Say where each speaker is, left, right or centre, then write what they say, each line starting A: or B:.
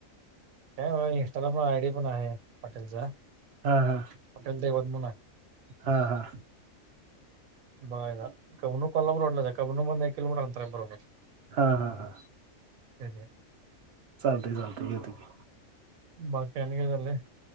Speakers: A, on the right; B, on the right.
A: काय व्हय आणि इंस्टाला आयडी पण आहे हॉटेलच
B: हा हा
A: हॉटेल दैवत म्हणून आहे
B: हा हा
A: बाय <unintelligible> कबनूर कोल्हापूर रोडलंच कबनूर मधन एक किलोमीटर अंतर हाय बरोबर
B: हा -हा- हा
A: ते <unintelligible>
B: चालतय -चालतय येतो की
A: बाकी आणि काय चाललंय?